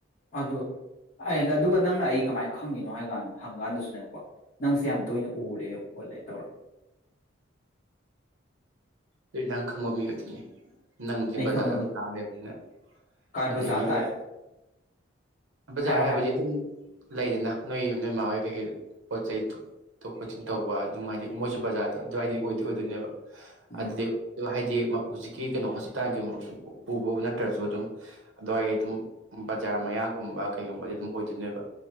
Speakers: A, on the left; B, on the right.
A: ꯑꯗꯨ ꯑꯩꯅ ꯑꯗꯨꯒ ꯅꯪꯅ ꯑꯩ ꯀꯃꯥꯏꯅ ꯈꯪꯉꯤꯅꯣ ꯍꯥꯏꯀꯥꯟꯗ ꯍꯪꯀꯥꯟꯗꯁꯨ ꯅꯪꯀꯣ ꯅꯪꯁꯦ ꯌꯥꯝ ꯇꯣꯏꯅ ꯎꯔꯦ ꯈꯣꯠꯂꯦ ꯇꯧꯔꯛꯑꯦ
B: ꯑꯗꯨ ꯅꯍꯪ ꯈꯪꯕ ꯃꯤ ꯑꯣꯏꯗꯨꯅꯦ ꯅꯪꯗꯤ
A: ꯑꯩ
B: ꯕꯖꯥꯔꯗ
A: ꯈꯪꯕ
B: ꯑꯗꯨꯝ ꯆꯥ ꯂꯩꯕꯅꯤꯅ
A: ꯀꯥꯏ
B: ꯑꯗꯒꯤ
A: ꯕꯖꯥꯔ ꯇꯥꯏ
B: ꯕꯖꯥꯔ
A: ꯍꯥꯏꯌꯣ ꯍꯥꯏꯌꯣ
B: ꯍꯥꯏꯕꯗꯤ ꯑꯗꯨꯝ ꯂꯩꯗꯅ ꯅꯣꯏ ꯅꯣꯏ ꯏꯃꯥ ꯍꯣꯏ ꯀꯩꯀꯩ ꯄꯣꯠ ꯆꯩ ꯇꯣꯛ ꯈꯣꯠꯆꯤꯟ ꯇꯧꯕ ꯑꯗꯨꯝ ꯍꯥꯏꯗꯤ ꯃꯣꯏꯁꯨ ꯕꯖꯥꯔꯗ ꯑꯗꯨꯋꯥꯏꯗꯤ ꯑꯣꯏꯗꯤ ꯑꯣꯏꯗꯣꯏꯅꯦꯕ
A: ꯎꯝ
B: ꯑꯗꯨꯗꯤ ꯍꯥꯏꯗꯤ ꯍꯧꯖꯤꯛꯀꯤ ꯀꯩꯅꯣ ꯍꯣꯁꯄꯤꯇꯥꯜ ꯀꯩꯒꯨꯝꯕ ꯄꯨꯕ ꯅꯠꯇ꯭ꯔꯁꯨ ꯑꯗꯨꯝ ꯑꯗꯨꯋꯥꯏꯒꯤ ꯑꯗꯨꯝ ꯕꯖꯥꯔ ꯃꯌꯥꯒꯨꯝꯕ ꯀꯩꯒꯨꯝꯕꯗꯤ ꯑꯗꯨꯝ ꯑꯣꯏꯗꯣꯏꯅꯦꯕ